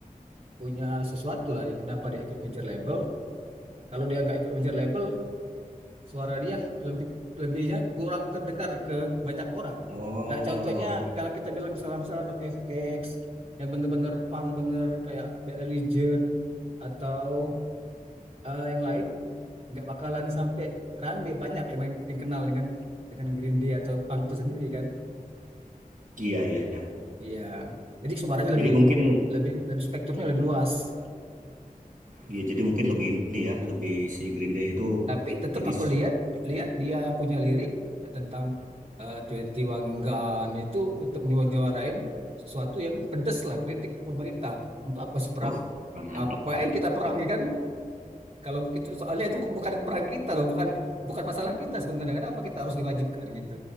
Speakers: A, on the right (about 40°); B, on the right (about 60°).
A: punya sesuatu lah kenapa dia ikut major label. Kalau dia nggak ikut major label suara dia lebih lebihnya kurang terdengar ke banyak orang.
B: Oh,
A: Kayak contohnya kalau kita bilang misalnya masalah No FX yang bener-bener punk bener kayak Bad Religion atau eh, yang lain nggak bakalan sampai rame banyak emang yang yang kenal dengan dengan Green Day atau punk itu sendiri kan.
B: iya iya. iya.
A: Iya. Jadi suaranya lebih
B: Jadi mungkin
A: lebih lebih spektrumnya lebih luas. Nah,
B: ya jadi mungkin lebih ini ya, lebih si Green Day itu
A: tapi tetap
B: jadi
A: aku
B: s-
A: lihat lihat dia punya lirik kayak tentang eh, Twenty One Gun itu tetap nyuarain sesuatu yang pedes lah kritik ke pemerintah untuk apa sih perang
B: Uh, mantap.
A: ngapain kita perang ya kan kalau begitu soalnya itu bukan perang kita loh bukan bukan masalah kita sebenarnya kenapa kita harus diwajibkan gitu